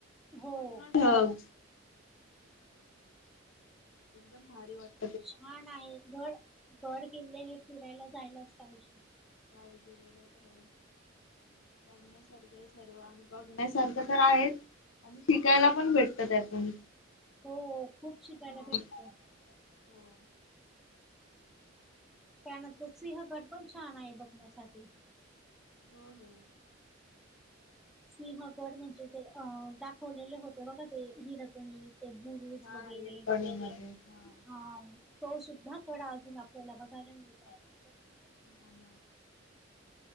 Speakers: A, in the centre; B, on the left.
A: हो
B: पूर्ण ढग. एकदम भारी वाट
A: छान आहे. गड- गड किल्ले हे फिरायला जायलाच पाहिजे.
B: काय ते बरोबर आहे बघण्यासारखेच. सर्व आणि बघण्यासारखं तर आहेच आणि शिकायला पण भेटतं त्यातून.
A: हो खूप शिकायला
B: हो
A: भेटत.
B: हो
A: प्यान तो सिंहगड पण छान आहे बघण्यासाठी.
B: हो हो.
A: सिंहगड म्हणजे ते अ दाखवलेले होते बघा ते हिरकणी ते बुरुज
B: हा
A: वगैरे
B: हिरकणीमध्ये ह
A: हा तो सुद्धा कडा अजून आपल्याला बघायला मिळतो.
B: हम्म
A: कधी पण जा